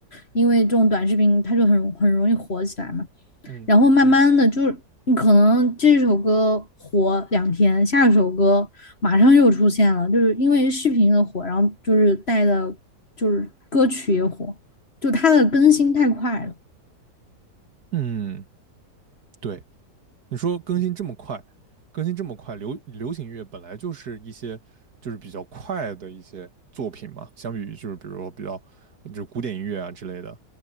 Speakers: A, on the left; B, on the right.
A: 因为这种短视频它就很很容易火起来嘛。
B: 嗯
A: 然后慢慢的就是你可能这首歌火两天，下一首歌马上又出现了，就是因为视频的火，然后就是带的，就是歌曲也火，就它的更新太快了。
B: 嗯，对。你说更新这么快，更新这么快，流流行乐本来就是一些就是比较快的一些作品嘛，相比于就是比如说比较就是古典音乐啊之类的，